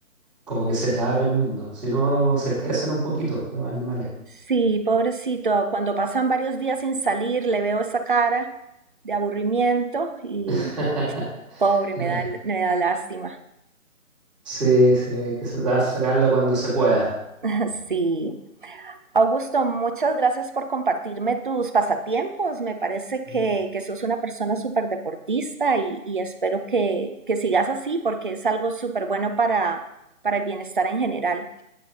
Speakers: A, in the centre; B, on the right.
A: como que se les abre el mundo. Si no, se estresan un poquito los animales.
B: Sí, pobrecito, cuando pasan varios días sin salir, le veo esa cara de aburrimiento y
A: <laughs>
B: pobre,
A: Claro.
B: me da, me da lástima.
A: Sí, sí, hay que sa- sacarlo cuando se pueda.
B: <laughs> Sí. Augusto, muchas gracias por compartirme tus pasatiempos. Me parece que,
A: Mm.
B: que sos una persona súper deportista y, y espero que, que sigas así porque es algo súper bueno para, para el bienestar en general.